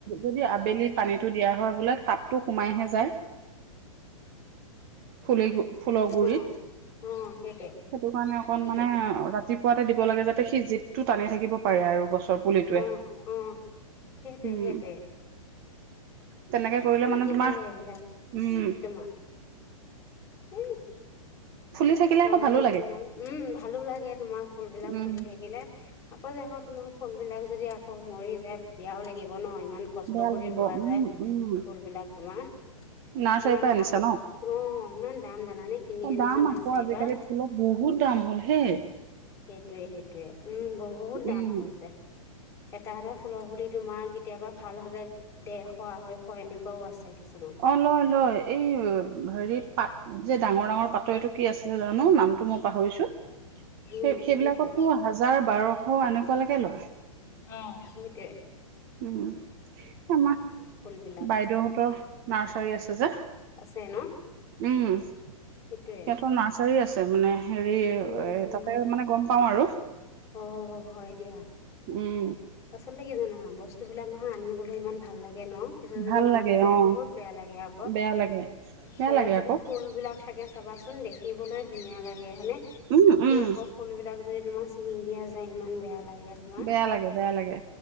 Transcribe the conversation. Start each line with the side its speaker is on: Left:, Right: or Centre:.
Right: যদি আবেলি পানীটো দিয়া হয় বোলে তাপতো সোমাইহে যায়। ফুলে ফুলৰ গুৰিত।
Left: অ
Right: সেইটো
Left: অ সেইটোৱে
Right: কাৰণে অকন
Left: সেইটোৱে
Right: মানে অ ৰাতিপুৱাতে দিব লাগে যাতে সি জিপ টো টানি থাকিব পাৰে আৰু। গছৰ পুলিটোৱে।
Left: অ অ সেইটোৱে
Right: উম
Left: সেইটোৱে
Right: তেনেকে কৰিলে
Left: অশান্তিহে
Right: মানে তোমাৰ
Left: এইবিলাক
Right: উম
Left: তোমাৰ। ও'
Right: ফুলি থাকিলে
Left: গৰমত
Right: আকৌ ভালো লাগে
Left: তোমাৰ, উম ভালো লাগে তোমাৰ ফুল বিলাক
Right: উম
Left: ফুলি থাকিলে। আকৌ যে আকৌ তোমাৰ ফুলবিলাক যদি আকৌ মৰি যায় বেয়াও লাগিব ন। ইমান কষ্ট
Right: বেয়া
Left: কৰি
Right: লাগিব
Left: ৰোৱা
Right: উম
Left: যায়
Right: উম
Left: ফুল বিলাক তোমাৰ,
Right: নাৰ্চাৰীৰ
Left: ইমান
Right: পৰা আনিছা
Left: দাম। অ' ইমান দাম জানানে? কিনি
Right: এই
Left: আনিছো
Right: দাম
Left: নাৰ্চাৰীৰ
Right: আক আজিকালি
Left: পৰা
Right: ফুলৰ বহুত দাম হ'ল হে।
Left: সেইটোৱে সেইটোৱে উম বহুত দাম
Right: উম
Left: হৈছে। এটা এটা ফুলৰ পুলি তোমাৰ কেতিয়াবা ভাল হ'লে ডেৰশ আড়ৈশ এনেকুৱাও আছে কিছুমান।
Right: অ' লয় লয় এই হেৰি পাত যে ডাঙৰ ডাঙৰ পাতৰ এইটো কি আছিলে জানো নামটো মই পাহৰিছো?
Left: উম
Right: সে সেইবিলাকতো
Left: সেইটোৱে
Right: হাজাৰ বাৰশ এনেকুৱালৈকে লয়।
Left: অ' বহুতে।
Right: উম আমাৰ
Left: ফুলবিলাক
Right: বাইদেউহঁতৰ নাৰ্চাৰী আছে যে।
Left: আছে ন?
Right: উম, সিহঁতৰ
Left: সেইটোৱে
Right: নাৰ্চাৰী আছে মানে। হেৰি
Left: উম
Right: এ
Left: উম
Right: তাতে মানে গম পাওঁ আৰু।
Left: অ' হয় দিয়া।
Right: উম
Left: আচলতে কি জানা বস্তুবিলাক নহয়, আনিবলৈ ইমান ভাল লাগে ন। পিছত যদি
Right: ভাল
Left: মৰি
Right: লাগে
Left: যায়
Right: অ
Left: বহুত বেয়া লাগে আকৌ,
Right: বেয়া লাগে বেয়া
Left: ঘৰত
Right: লাগে
Left: যদি
Right: আকৌ
Left: ফুল বিলাক থাকে চাবাচোন, দেখিবলৈ ধুনীয়া লাগে হয়নে
Right: উম
Left: তুমি
Right: উম
Left: আকৌ ফুলবিলাক যদি তোমাৰ ছিঙি দিয়া যায় ইমান বেয়া লাগে। তোমাৰ
Right: বেয়া লাগে, বেয়া লাগে।